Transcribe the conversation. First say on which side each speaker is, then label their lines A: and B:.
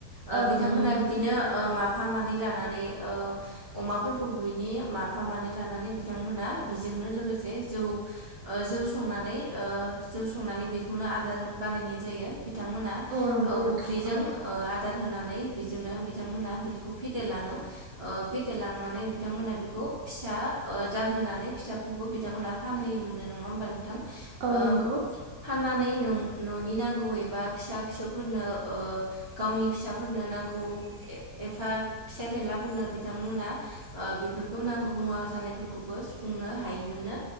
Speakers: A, on the right (about 40°); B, on the right (about 80°).
A: ओ
B: औ
A: बिथांमोनहा
B: नंगौ नोंथां
A: बिदिनो ओ मा फा मानै लानानै ओ अमाफोरखौ बिनि माफा मानै लानानै बिथांमोना बेजोंनो लोगोसे जौ ओ जौ स संनानै ओ जौ संनानै बेखौनो आदार बानायनाय जायो। बिथांमोना ओ
B: औ नंगौ नोंथां
A: उफ्रिजों
B: औ
A: ओ आदार होना नानै बेजोंनो बिथांमोना बेखौ फेदेरलाङो ओ फेदेरलांनानै बिथांमोना बेखौ फिसा जाहोनानै फिसाखौबो बिथांमोना फानहोयोमोननो नङा होमबा नो ओ
B: औ नंगौ
A: फाननानै नों न'नि नांगौ एबा फिसा फिसौफोरनो ओ गावनि फिसाफोरनो नांगौ एफा फिसा फेनलाफोरनो बिथांमोना ओ बेफोरखौ नांगौ मुवा जानायफोरखौबो सुफुंनो हायोमोननो।